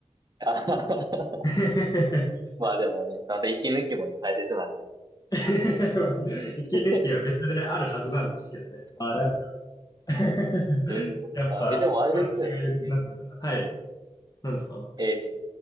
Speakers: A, on the right; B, on the left.
A: あははは
B: <laughs>
A: まあでもね、また息抜きもね、大切なんでね。
B: まあ息抜きは別であるはずなんですけどね。
A: <laughs> えー、
B: まあなんか <laughs>
A: そっか。
B: やっぱ監視が緩くなってかな。
A: え、でもあれですよね。うんうん。
B: はい。なんですか
A: えー、